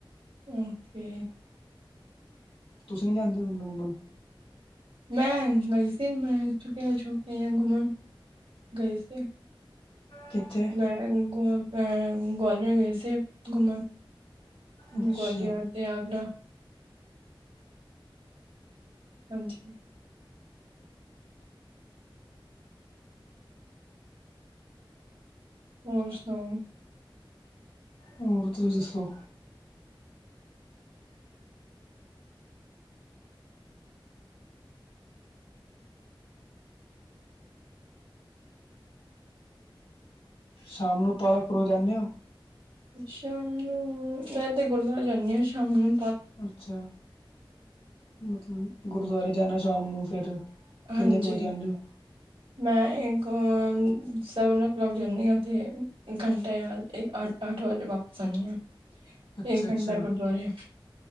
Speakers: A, on the right; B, on the left.
A: ਓ ਤੇ।
B: ਤੁਸੀਂ ਨੀ ਜਾਂਦੇ ਘੁੰਮਣ-ਘੁੰਮਣ।
A: ਮੈਂ ਗਈ ਸੀ ਮੈਂ ਛੁਟੇ ਹੋ ਛੁਟੇ ਘੁੰਮਣ ਗਏ ਸੀ।
B: ਕਿੱਥੇ
A: ਮੈਂ ਗਵਾਲਰ ਗਈ ਸੀ ਘੁੰਮਣ। ਹ
B: ਅੱਛਾ
A: ਗਵਾਲੀਅਰ ਤੇ ਆਗਰਾ। ਹਾਂਜੀ। ਹੋਰ ਸੁਣਾਓ?
B: ਹੋਰ ਤੁਸੀਂ ਦੱਸੋ? ਸ਼ਾਮ ਨੂੰ ਪਾਰਕ ਪੂਰਕ ਜਾਂਦੇ ਹੋ,
A: ਸ਼ਾਮ ਨੂੰ ਮੈਂ ਤੇ ਗੁਰਦੁਆਰਾ ਜਾਂਦੀ ਹਾਂ ਸ਼ਾਮ ਨੂੰ <inaudible>
B: ਅੱਛਾ ਮਤਲਬ ਗੁਰਦੁਆਰੇ ਜਾਣਾ ਸ਼ਾਮ ਨੂੰ ਫਿਰ
A: ਹਾਂਜੀ
B: ਕਿੰਨੇ ਕੁ ਵਜੇ ਆਦੇ ਹੋ,
A: ਮੈਂ ਇੱਕ ਸੈਵਨ ਓ ਕਲਾਕ ਜਾਂਦੀ ਹਾਂ, ਅਤੇ ਇੱਕ ਘੰਟੇ ਬਾਅਦ ਆ ਜਾਂਦੀ। ਅੱਠ ਵਜੇ ਵਾਪਿਸ ਆ ਜਾਨੀ ਆ।
B: ਅੱਛਾ
A: ਇਕ
B: ਅੱਛਾ
A: ਘੰਟਾ ਗੁਰਦੁਆਰੇ